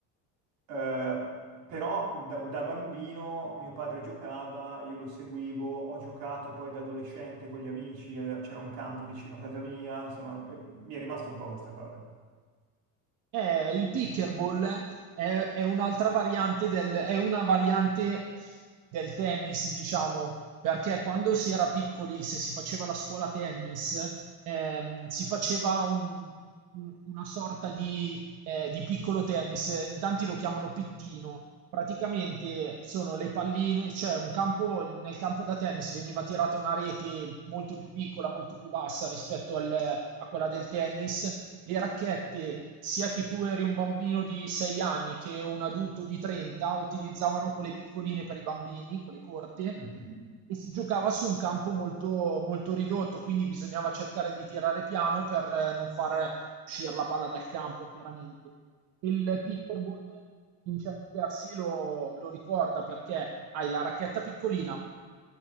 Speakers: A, on the right (about 75°); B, on the right (about 55°).
A: Eh, però da, da bambino mio padre giocava, io lo seguivo, ho giocato poi da adolescente con gli amici, eh, c'era un campo vicino a casa mia, insomma, eh, mi è rimasta un po' questa cosa.
B: Eh, il pickleball è, è un'altra variante del, è una variante del tennis, diciamo, perché quando si era piccoli, se si faceva la scuola tennis, ehm, si faceva un- un- una sorta di eh, di piccolo tennis, in tanti lo chiamano pittino. Praticamente sono le palline, cioè un campo, nel campo da tennis veniva tirata una rete molto più piccola, molto più bassa rispetto al- a quella del tennis. Le racchette, sia che tu eri un bambino di 6 anni che un adulto di 30, utilizzavano quelle piccoline per i bambini, quelle corte
A: Mhm.
B: e si giocava su un campo molto, molto ridotto, quindi bisognava cercare di tirare piano per eh, non far uscire la palla dal campo chiaramente. Il pickerball in certi versi lo, lo ricorda perché hai la racchetta piccolina,